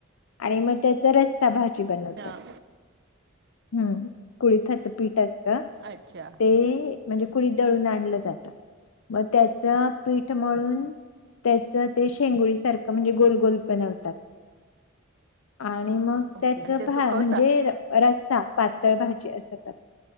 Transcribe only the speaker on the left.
आणि मग त्याच रस्सा भाजी बनवतात
हम् कुळीथच पीठ अस अ
ते, म्हणजे कुडी दळून आणलं जात. मग त्याच पीठ म्हळून त्याच ते शेंगुळी सारखं म्हणजे गोल-गोल बनवतात. आणि मग
त्याच
म्हणजे रसा पात. तळ भाजी असं